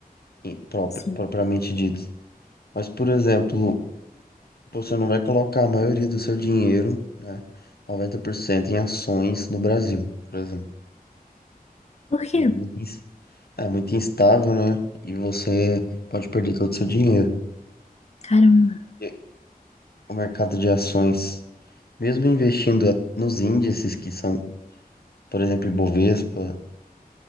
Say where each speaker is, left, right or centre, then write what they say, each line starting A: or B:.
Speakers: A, on the left (about 85°); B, on the left (about 45°).
A: em- próprio-
B: sim.
A: propriamente dito. Mas, por exemplo, você não vai colocar a maioria do seu dinheiro, né, 90% em ações no Brasil, por exemplo,
B: Por
A: que
B: quê?
A: é muito, ins- é muito instável, né? E você pode perder todo o seu dinheiro.
B: Caramba,
A: E o mercado de ações, mesmo investindo a- nos índices que são, por exemplo, Ibovespa,